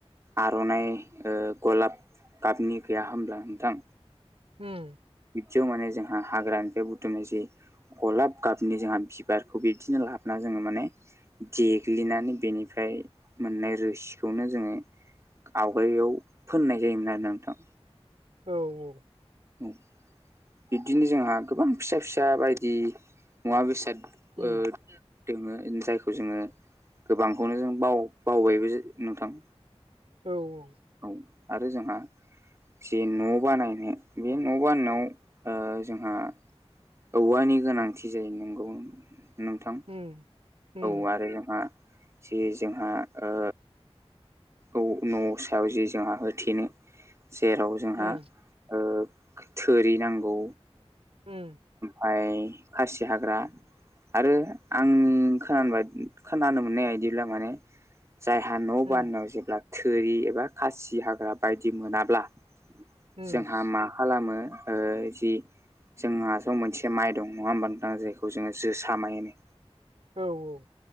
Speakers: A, on the right (about 25°); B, on the right (about 65°).
A: आर'नाइ ओ गलाब गाबनि गैया होनब्ला नोंथां?
B: हम
A: बिब्दियाव माने जोंहा हाग्रानिफ्राय बुथुमनाय जि गलाब गाबनि जोंहा बिबारखौ बिदिनो लाबोनानै जोङो माने देग्लिनानै बेनिफ्राय मोननाय रोसिखौनो जोङो आवगाययाव फोननाय जायोमोन आरो नोंथां।
B: औ औ
A: औ बिब्दिनो जोंहा गोबां फिसा फिसा बायदि मुवा बेसाद
B: उम
A: ओ दोङो जायखौ जोङो गोबांखौनो जों बाव बावबायबो नोंथां।
B: औ औ
A: औ आरो जोंहा जे न' बानायनो बे न' बानायनायाव ओ जोंहा औवानि गोनांथि जायो नंगौ। नोंथां
B: उम उम
A: औ आरो जोंहा जे जोंहा ओ औ न'सो ायाव जि जोंहा होथेनो जेराव जोंहा
B: उम
A: ओ थोरि नांगौ।
B: उम
A: ओमफ्राय खासि हाग्रा आरो आंनि खोन खोनानो मोननाय बदिब्ला माने जायहा न'
B: उम
A: बानायाव जेब्ला थोरि एबा खासि हाग्रा बायदि मोनाब्ला
B: उम
A: जोंहा मा खालामो ओ जि जोंहास' मोनसे माइ दं नङा होमबा नोंथां जायखौ जोङो जोसा माय होनो।
B: औ औ